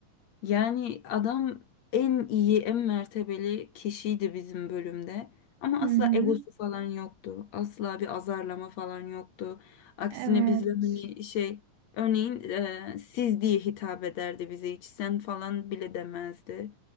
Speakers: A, on the left (about 60°); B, on the right (about 75°).
A: Yani adam en iyi, en mertebeli kişiydi bizim bölümde. Ama
B: Hı
A: asla
B: hı.
A: egosu falan yoktu. Asla bir azarlama falan yoktu. Aksine
B: Evet.
A: bizle hani şey, örneğin e, siz diye hitap ederdi bize. Hiç sen falan bile demezdi.